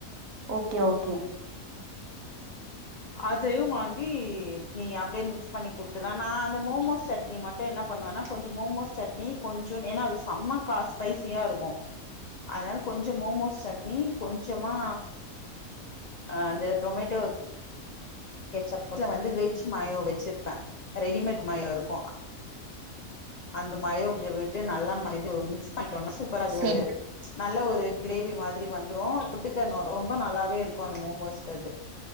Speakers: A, on the right; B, on the left.
A: ஓகே ஓகே
B: அதையு வாங்கி நீ அப்டியே மிக்ஸ் பண்ணி குடுத்துர்லா நா அந்த மோமோஸ் சட்னி மட்டு என்ன பண்ணுவேன்னா கொஞ்சோ மோமோஸ் சட்னி கொஞ்சோனு ஏன்னா அது செம்ம கா ஸ்பைசியா இருக்கு அதுனால கொஞ்சோ மோமோஸ் சட்னி கொஞ்சமா அ அந்த டொமேட்டோ கெச்சப்ல வந்து வெஜ் மயோ வெச்சிருப்பே ரெடிமேட் மயோ இருக்கு அந்த மயோ கொஞ்சோ விட்டு நல்லா இது மிக்ஸ் பண் டோனா சூப்பர் அது
A: செரி
B: ஒரு ச் நல்ல ஒரு கிரேவி மாதிரி வந்துரு தொட்டுக்க னொ ரொம்ப நல்லாவே இருக்கு அந்த மோமோஸ்க்கு அது